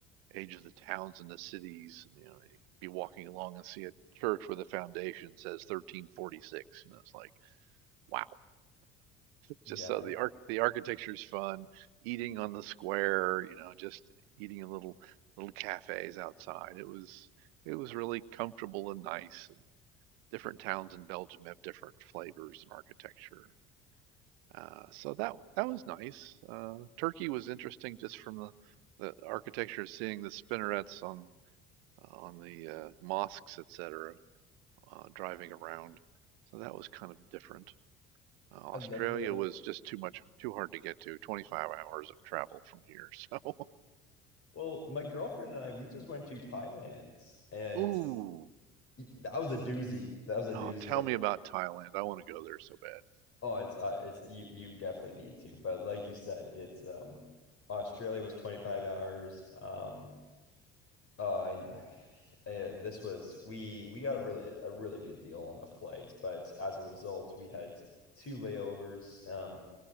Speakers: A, on the right; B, on the left.
A: age of the towns and the cities, you know, you'd be walking along and see a church where the foundation says 1346, and it's like, wow. Just
B: Yeah,
A: so
B: that
A: the arch the architecture's fun, eating on the square, you know, just eating in little little cafes outside. It was it was really comfortable and nice. And different towns in Belgium have different flavors and architecture. Uh, so that that was nice. Uh, Turkey was interesting just from the the architecture, seeing the spinnerets on uh, on the uh, mosques, etc., uh, driving around. So that was kind of different. Uh,
B: I
A: Australia
B: love the
A: was just too much, too hard to get to. 25 hours of travel from here. So,
B: well, my girlfriend and I, we just went to Thailand and
A: <laughs> ooh,
B: that was a doozy. That was a doozy
A: oh, tell
B: of
A: me
B: it.
A: about Thailand. I want to go there so bad.
B: oh, it's uh, it's you you definitely need to. But like you said, it's um Australia was 25 hours. Um uh and I uh, this was we we got a really a really good deal on the flights, but as a result, we had two layovers. Um